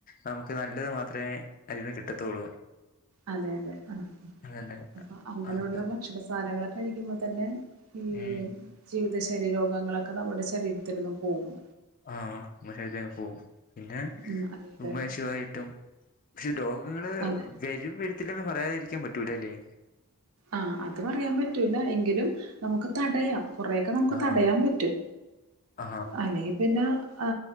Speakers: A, on the left; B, on the right.
A: നമുക്ക് നല്ലത് മാത്രമേ അതിന്ന് കിട്ടത്തുള്ളൂ
B: അതെ അതെ ആ
A: അതന്നെ
B: അപ്പൊ അങ്ങനെയുള്ള
A: അത്
B: ഭക്ഷണ സാധനങ്ങളൊക്കെ കഴിക്കുമ്പോ തന്നെ ഈ
A: ഉം
B: ജീവിതശര്യ രോഗങ്ങളൊക്കെ നമ്മുടെ ശരീരത്തിൽ നിന്നും പോകും
A: ആഹ് ന്ന ശര്യം പോവും പിന്നെ
B: ഉം അതെ അതെ
A: ഉന്മേഷവായിട്ടും പക്ഷെ രോഗങ്ങള്
B: അതെ
A: വരും വരത്തില്ലന്ന് പറയാതിരിക്കാൻ പറ്റൂല്ലല്ലേ
B: ആഹ് അത് പറയാൻ പറ്റൂല എങ്കിലും നമുക്ക് തടയാം കുറെ ക്കെ നമുക്ക്
A: ആ
B: തടയാൻ പറ്റും
A: ആ
B: അല്ലെങ്കി പിന്നെ ആ